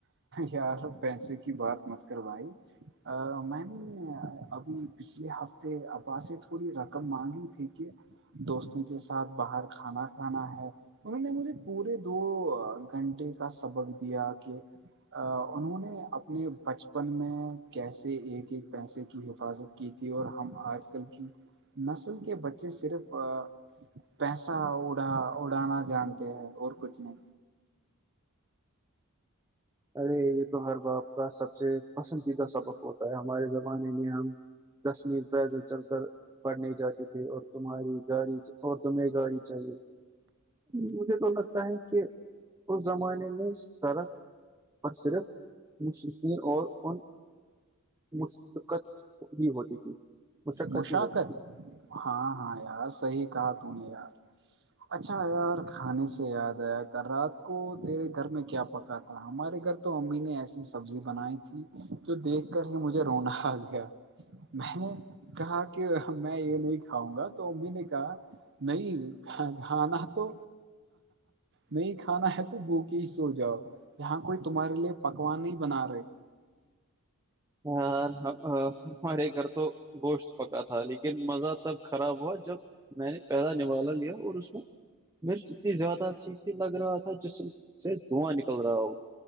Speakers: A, on the right; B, on the right.
A: یار پیسے کی بات مت کروائی میں نے ابھی پچھلے ہفتے ابا سے تھوڑی رقم مانگی تھی کہ دوستوں کے ساتھ باہر کھانا کھانا ہے انہوں نے مجھے پورے دو گھنٹے کا سبق دیا کہ انہوں نے اپنے بچپن میں کیسے ایک ایک پیسے کی حفاظت کی تھی اور ہم آج کل کی نسل کے بچے صرف پیسہ اڑا اڑانا جانتے ہیں اور کچھ نہیں
B: ارے یہ تو ہر باپ کا سب سے پسندیدہ سب وقت ہوتا ہے ہمارے زمانے میں ہم کشمیر پیدل چل کر پڑھنے جاتے تھے اور تمہاری گاڑی اور تمہیں گاڑی چاہیے مجھے تو لگتا ہے کہ اس زمانے میں سرک پر صرف مشقین اور ان مشقت جی ہوتی تھی
A: مشقت
B: ہی ہوتی تھی
A: ہاں ہاں یار صحیح کہا تو نے یار اچھا یار کھانے سے یاد آیا رات کو تیرے گھر میں کیا پکا ہمارے گھر تو امی نے ایسی سبزی بنائی تھی جو دیکھ کر ہی مجھے رونا آ گیا میں نے کہا کہ میں یہ نہیں کھاؤں گا تو امی نے کہا نہیں گانا تو نہیں کھانا ہے تو وہک سو جاؤ یہاں کوئی تمہارے لیے پکوان نہیں بنا رہے
B: ہ ہمارے گھر تو گوشت پکا تھا لیکن مزہ تب خراب ہوا جب میں نے پہیدا نوالا لیا اور اس میں مرچ اتنی زیادہ تھی کہ لگ رہا تھا جسم سے دھواں نکل رہا ہو